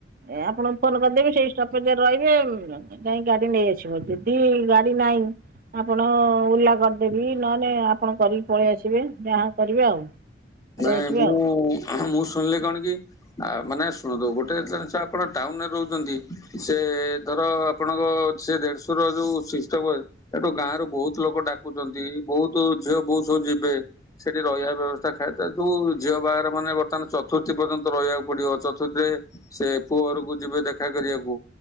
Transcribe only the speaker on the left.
ନାଇଁ
ମୁଁ
ମୁଁ ଶୁଣିଲି କଣ କି ଆ ମାନେ ଶୁଣନ୍ତୁ ଗୋଟେ ଜିନିଷ ଆପଣ ଟାଉନରେ ରହୁଛନ୍ତି ସେ ଧର ଆପଣଙ୍କ ସେ ଦେଢ଼ଶୁର ର ଯୋଉ ସିଷ୍ଟମ ଅ ସେଠୁ ଗାଁ ରୁ ବହୁତ ଲୋକ ଡାକୁଛନ୍ତି ବହୁତ ଝିଅ ବହୁତ ସବୁ ଯିବେ ସେଠି ରହିବା ବ୍ୟବସ୍ଥା ଖାଇଥାଏ ଯୋଉ ଝିଅ ବାହାଘର ମାନେ ବର୍ତ୍ତମାନ ଚତୁର୍ଥୀ ପର୍ଯ୍ୟନ୍ତ ରହିବାକୁ ପଡିବ। ସେ ପୁଅ ଘରକୁ ଯିବେ ଦେଖା କରିବାକୁ